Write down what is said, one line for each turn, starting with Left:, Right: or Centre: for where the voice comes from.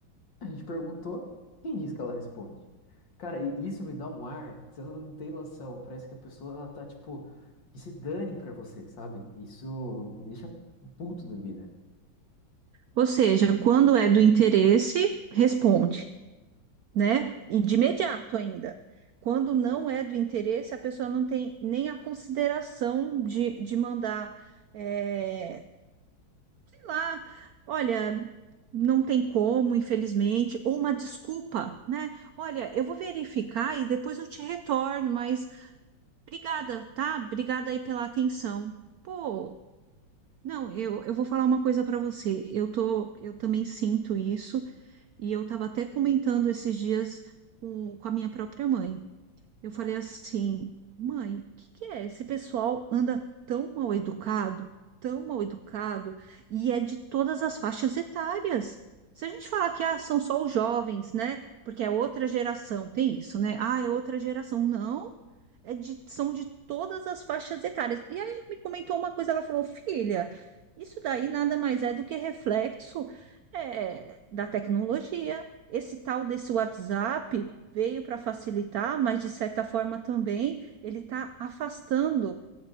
Left: a gente perguntou, quem disse que ela responde? Cara, e isso me dá um ar que você não tem noção. Parece que a pessoa, ela tá, tipo, que se dane pra você, sabe? Isso me deixa puto da vida.
Right: Ou seja, quando é do interesse, responde, né? E de imediato ainda. Quando não é do interesse, a pessoa não tem nem a consideração de, de mandar. eh, lá, olha, não tem como, infelizmente, ou uma desculpa, né? Olha, eu vou verificar e depois eu te retorno, mas obrigada, tá? Obrigada aí pela atenção. Pô, não, eu, eu vou falar uma coisa para você. Eu tô, eu também sinto isso e eu estava até comentando esses dias com, com a minha própria mãe. Eu falei assim, mãe, o que que é? Esse pessoal anda tão mal educado, tão mal educado, e é de todas as faixas etárias. Se a gente falar que ah, são só os jovens, né? Porque é outra geração, tem isso, né? Ah, é outra geração. Não, é de- são de todas as faixas etárias. E aí ela me comentou uma coisa, ela falou, filha, isso daí nada mais é do que reflexo é, da tecnologia. Esse tal desse WhatsApp veio para facilitar, mas de certa forma também ele está afastando